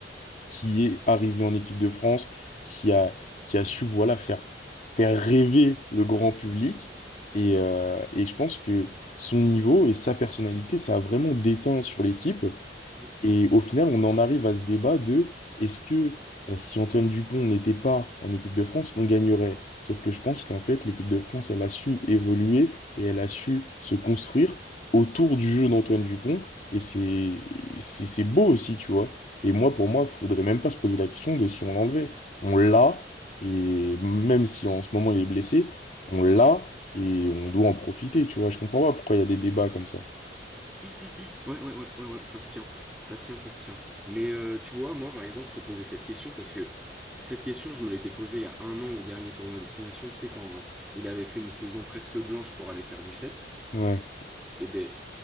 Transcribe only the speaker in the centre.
<laughs> Mhm.
Ouais, ouais, ouais, ouais, ouais, ça se tient. Ça se tient, ça se tient. Mais euh, tu vois, moi, par exemple, je te posais cette question parce que cette question, je me l'étais posée il y a un an au dernier tournoi Destination, tu sais, quand euh, il avait fait une saison presque blanche pour aller faire du set.
Eh ben,